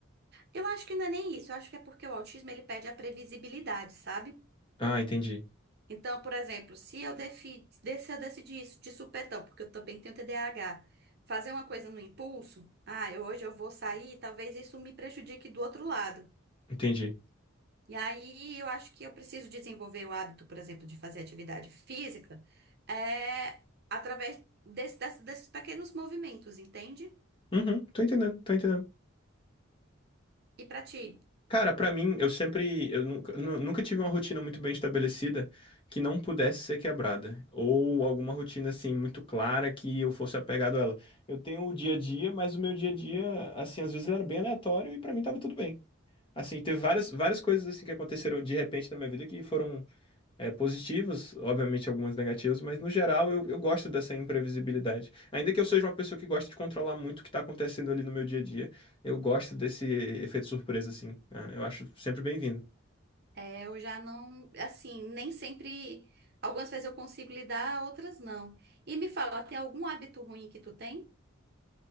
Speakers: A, on the right; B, on the left.
A: Eu acho que não é nem isso. Eu acho que é porque o autismo ele pede a previsibilidade, sabe?
B: Ah, entendi.
A: Então, por exemplo, se eu, defi, de- se eu decidir isso de supetão, porque eu também tenho TDAH, fazer uma coisa no impulso, ah, eu, hoje eu vou sair, talvez isso me prejudique do outro lado.
B: Entendi.
A: E aí eu acho que eu preciso desenvolver o hábito, por exemplo, de fazer atividade física, é, através desse- dessa- desses pequenos movimentos, entende?
B: Uhum, tô entendendo, tô entendendo.
A: E pra ti?
B: Cara, pra mim, eu sempre, eu nunca, nu- nunca tive uma rotina muito bem estabelecida que não pudesse ser quebrada, ou alguma rotina assim muito clara que eu fosse apegado a ela. Eu tenho o dia a dia, mas o meu dia a dia, assim, às vezes ele era bem aleatório e pra mim tava tudo bem. Assim, teve várias, várias coisas assim que aconteceram de repente na minha vida que foram é, positivas, obviamente algumas negativas, mas no geral eu, eu gosto dessa imprevisibilidade. Ainda que eu seja uma pessoa que gosta de controlar muito o que está acontecendo ali no meu dia a dia, eu gosto desse efeito surpresa, assim. né? Eu acho sempre bem-vindo.
A: É, eu já não, assim, nem sempre. Algumas vezes eu consigo lidar, outras não. E me fala, tem algum hábito ruim que tu tem?